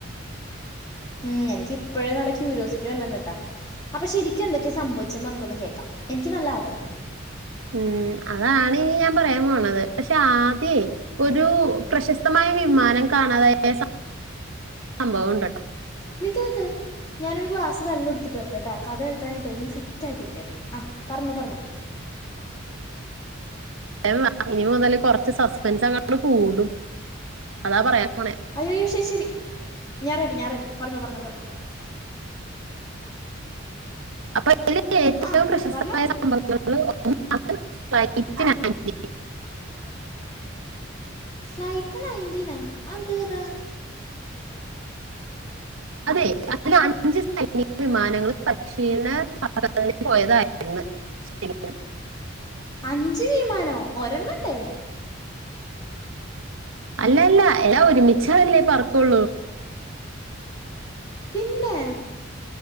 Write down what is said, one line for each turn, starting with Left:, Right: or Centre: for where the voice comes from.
Left: ഉ എനിക്ക് ഇപ്പഴേ നല്ല ക്യൂരിയോസിറ്റി വര്ന്ന്ണ്ട് ട്ടാ അപ്പൊ ശരിക്കും എന്തൊക്കെ സംഭവിച്ചെന്ന് നമുക്കൊന്ന് കേൾക്കാം എനിക്ക് നല്ല ആഗ്രഹുണ്ട്
Right: ഉം അതാണ് ഇനി ഞാൻ പറയാൻ പോണത് പക്ഷെ ആദ്യേ ഒരു പ്രശസ്തമായ വിമാനം കാണാതായ സം സംഭവൊണ്ട്ട്ടോ
Left: നിക്ക് നിക്ക് ഞാനൊരു ഗ്ലാസ് വെള്ളൊട്ത്ത്ട്ട് വരട്ടെട്ടൊ കഥ കേൽക്കാനായിട്ടെ ഒന്ന് സെറ്റ് റ്റായിട്ടിരിക്കട്ടെ ആ പറഞ്ഞൊ പറഞ്ഞൊ
Right: വേം വാ ഇനിമുതൽ കൊറച്ച് സസ്പെൻസങ്ങട്ട് കൂടും അതാ പറയാൻ പോണേ
Left: അയ്യയ്യോ ശരിശരി ഞാൻ റെഡി ഞാൻ റെഡി പറഞ്ഞോ പറഞ്ഞോ പറഞ്ഞോ
Right: അപ്പൊ തില് ഏറ്റവും
Left: ആ
Right: പ്രശസ്തമായ
Left: പറഞ്ഞോ
Right: സംഭവങ്ങള് ഒപ്പം <unintelligible>
Left: <unintelligible> ഫ്ലൈറ്റ് നയൻ്റിനൊ അന്ത് കഥാ
Right: അതെ അതിൽ അഞ്ച് സൈനിക വിമാനങ്ങള് പരിശീലന ബഗ്ദാദിലേക്ക് പോയതായിരുന്നു ശരി
Left: അഞ്ച് വിമാനോ ഒരെണ്ണല്ലെ
Right: അല്ലല്ല എല്ലാ ഒരുമിച്ചാല്ലേ പറക്കൊള്ളൂ
Left: പിന്നെ